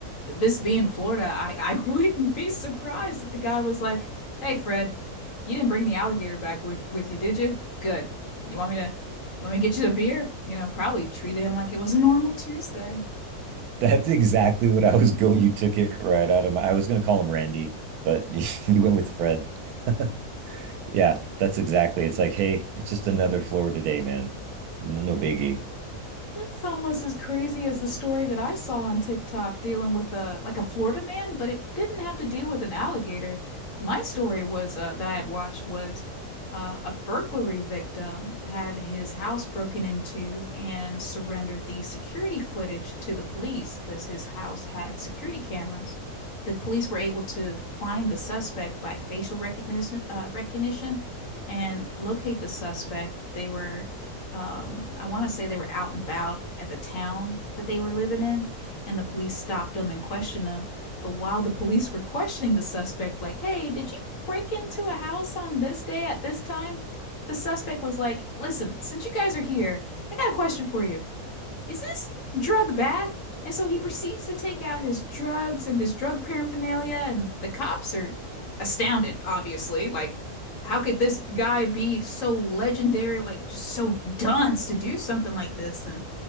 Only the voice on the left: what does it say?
this being Florida, I I <laughs> wouldn't be surprised if the guy was like, "Hey, Fred, you didn't bring the alligator back with with you, did you? Good. You want me to you want me to get you a beer? You know, probably treated him like it was a normal Tuesday."
That's almost as crazy as the story that I saw on TikTok dealing with a like a Florida man, but it didn't have to deal with an alligator. My story was uh, that I had watched was uh, a burglary victim had his house broken into and surrendered the security footage to the police because his house had security cameras. The police were able to find the suspect by facial recognition, uh, recognition and locate the suspect. They were um, I want to say they were out and about at the town that they were living in, and the police stopped them and questioned them. But while the police were questioning the suspect, like, hey, did you break into a house on this day at this time? The suspect was like, listen, since you guys are here, I got a question for you is this drug bad? And so he proceeds to take out his drugs and his drug paraphernalia, and the cops are astounded, obviously. Like, how could this guy be so legendary, like just so dunce to do something like this? And